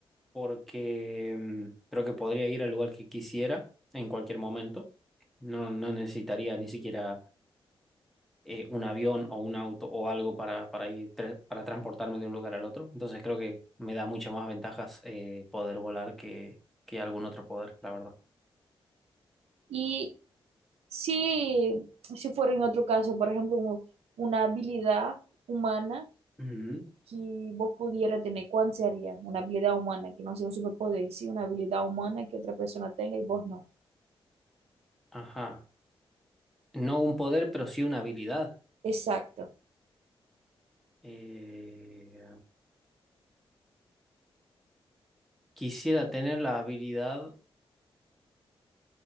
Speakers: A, in the centre; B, on the right (about 80°).
A: porque mm, creo que podría ir al lugar que quisiera en cualquier momento. No, no necesitaría ni siquiera eh, un avión o un auto o algo para, para ir tra- para transportarme de un lugar al otro. Entonces creo que me da muchas más ventajas eh, poder volar que, que algún otro poder, la verdad.
B: Y si, si fuera en otro caso, por ejemplo, un- una habilidad humana
A: Ujú.
B: que vos pudiera tener, ¿cuál sería? Una habilidad humana, que no sea un superpoder, sí, una habilidad humana que otra persona tenga y vos no.
A: Ajá. No un poder, pero sí una habilidad.
B: Exacto.
A: Eh, Quisiera tener la habilidad